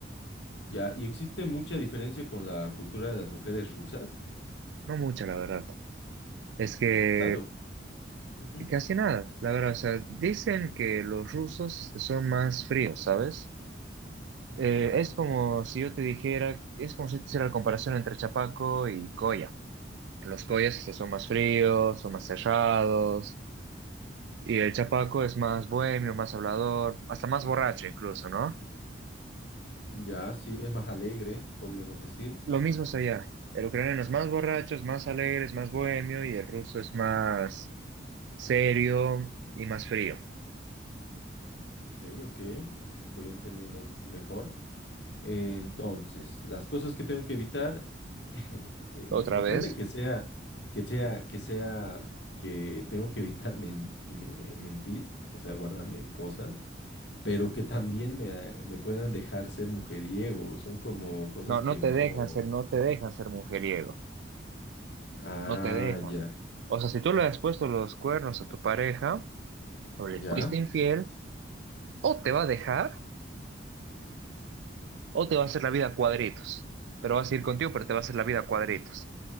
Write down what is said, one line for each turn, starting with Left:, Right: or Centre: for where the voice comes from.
Left: Ya, ¿y existe mucha diferencia con la cultura de las mujeres rusas?
Right: no mucha la verdad. Es que
Left: Mm, Claro. ujú,
Right: casi nada, la verdad. O sea, dicen que los rusos este, son más fríos, ¿sabes? Eh,
Left: Ya,
Right: es como si yo te dijera, es como si te hiciera la comparación entre Chapaco y Coya. Los Coyas este, son más fríos, son más cerrados, y el Chapaco es más bohemio, más hablador, hasta más borracho incluso, ¿no?
Left: ya, sí, es más alegre, podríamos decir.
Right: Lo mismo es allá. El ucraniano es más borracho, es más alegre, es más bohemio, y el ruso es más serio y más frío.
Left: Ok, ok, voy entendiendo mejor. Eh, Entonces, las cosas que tengo que evitar, <laughs> eh,
Right: Otra
Left: me sorprende
Right: vez,
Left: que sea, que sea, que sea, que tengo que evitar men- me- mentir, o sea, guardarme cosas, pero que también me, eh, me puedan dejar ser mujeriego. Son como cosas
Right: no,
Left: que
Right: no
Left: no.
Right: te dejan ser, no te dejan ser mujeriego,
Left: Ah,
Right: no te dejan.
Left: ya,
Right: O sea, si tú le has puesto los cuernos a tu pareja, o le
Left: ya.
Right: fuiste infiel, O te va a dejar o te va a hacer la vida a cuadritos. Pero va a seguir contigo, pero te va a hacer la vida a cuadritos.